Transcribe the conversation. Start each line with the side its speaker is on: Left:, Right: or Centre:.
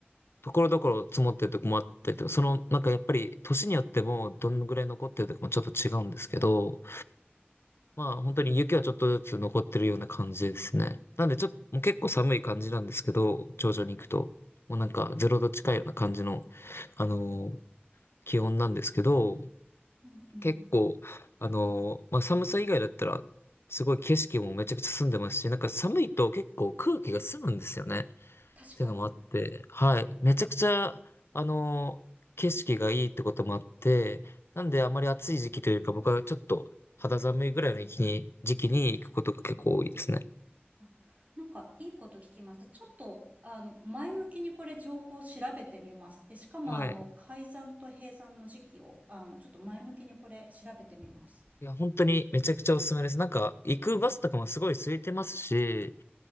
Left: ところどころ積もってるとこもあったりとか、その、なんかやっぱり、年によっても、どのぐらい残ってるとかもちょっと違うんですけど、まあ、本当に雪はちょっとずつ残ってるような感じですね。なんで、ちょっと、もう結構寒い感じなんですけど、頂上に行くと、もうなんか、ゼロ度近いような感じの、あのー気温なんですけど、
Right: うんうん。
Left: 結構、あのーまあ、寒さ以外だったら、すごい景色もめちゃくちゃ澄んでますし、なんか寒いと結構空気が澄むんですよね。
Right: 確かに。
Left: っていうのもあって、はい。めちゃくちゃ、あの、景色がいいってこともあって、なんであまり暑い時期というか、僕はちょっと肌寒いぐらいの時期に、時期に行くことが結構多いですね。
Right: あ、なんかいいこと聞きました。ちょっと、あの、前向きにこれ情報を調べてみます。で、しかもあの、
Left: はい。
Right: 改ざんと閉山の時期を、あの、ちょっと前向きにこれ調べてみます。
Left: いや、本当にめちゃくちゃおすすめです。なんか、行くバスとかもすごい空いてますし、